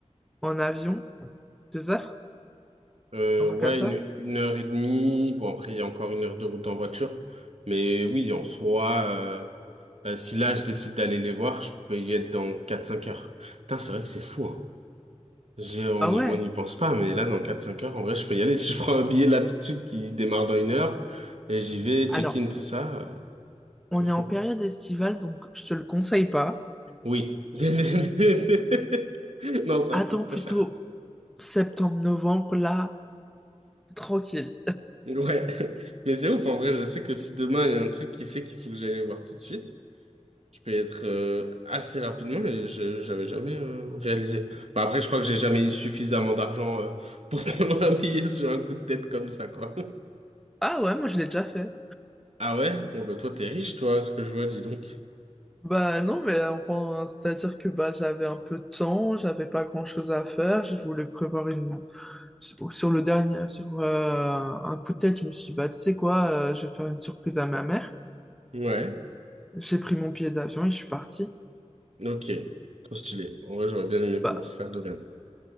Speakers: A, in the centre; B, on the right (about 65°).
A: en avion, deux heures,
B: Euh,
A: un truc
B: ouais,
A: comme ça.
B: une, une heure et demie. Bon, après, il y a encore une heure de route en voiture. Mais oui, en soi, euh, euh, si là, je décide d'aller les voir, je peux y être dans quatre cinq heures. Putain, c'est vrai que c'est fou, hein. J'ai, on,
A: Ah
B: y-
A: ouais.
B: on n'y pense pas, mais là, dans quatre cinq heures, en vrai, je peux y aller. <laughs> Si je prends un billet là tout de suite qui démarre dans une heure, et j'y vais,
A: Alors,
B: check-in, tout ça, euh, c'est
A: on
B: fou.
A: est en période estivale, donc je te le conseille pas.
B: Oui. <laughs> Non, c'est
A: Attends
B: un peu trop
A: plutôt
B: cher.
A: septembre-novembre, là, tranquille.
B: Ouais. <laughs> Mais c'est ouf, en vrai, je sais que si demain, il y a un truc qui fait qu'il faut que j'aille les voir tout de suite. Je peux être euh, assez rapidement, mais je j'avais jamais euh, réalisé. Bah, après, je crois que j'ai jamais eu suffisamment d'argent euh, pour <laughs> prendre un billet sur un coup de tête comme ça, quoi.
A: Ah ouais, moi, je l'ai déjà fait.
B: Ah ouais? Bon, bah, toi, t'es riche, toi, à ce que je vois, dis donc.
A: Bah non, mais euh, enfin, c'est-à-dire que bah, j'avais un peu de temps, j'avais pas grand-chose à faire, je voulais prévoir une... Sur sur le dernier, sur euh, un coup de tête, je me suis dit, bah tu sais quoi, euh, je vais faire une surprise à ma mère.
B: Ouais,
A: J'ai pris mon billet d'avion et je suis parti.
B: ok. Trop stylé. En vrai, j'aurais bien aimé pouvoir
A: Bah,
B: faire de même.